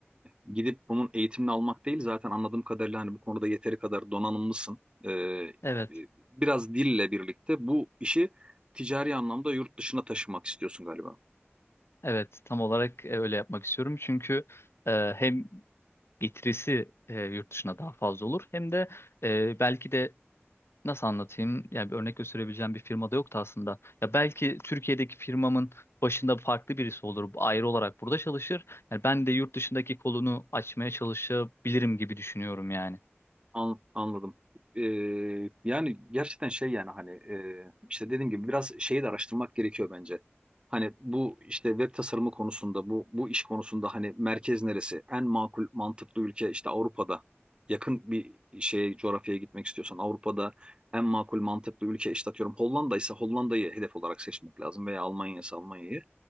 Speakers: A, on the right; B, on the left.
A: e, gidip bunun eğitimini almak değil. Zaten anladığım kadarıyla hani bu konuda yeteri kadar donanımlısın. E, e,
B: Evet,
A: biraz dille birlikte bu işi ticari anlamda yurt dışına taşımak istiyorsun galiba.
B: evet tam olarak e, öyle yapmak istiyorum. Çünkü e, hem getirisi e, yurt dışına daha fazla olur hem de e, belki de Nasıl anlatayım? Yani bir örnek gösterebileceğim bir firma da yoktu aslında. Ya belki Türkiye'deki firmamın başında farklı birisi olur. Ayrı olarak burada çalışır. Yani ben de yurt dışındaki kolunu açmaya çalışabilirim gibi düşünüyorum yani.
A: An- anladım. Ee, yani gerçekten şey yani hani e, işte dediğim gibi biraz şeyi de araştırmak gerekiyor bence. Hani bu işte web tasarımı konusunda bu bu iş konusunda hani merkez neresi? En makul mantıklı ülke işte Avrupa'da. Yakın bir şeye coğrafyaya gitmek istiyorsan Avrupa'da en makul mantıklı ülke işte atıyorum Hollanda ise Hollanda'yı hedef olarak seçmek lazım veya Almanya ise Almanya'yı.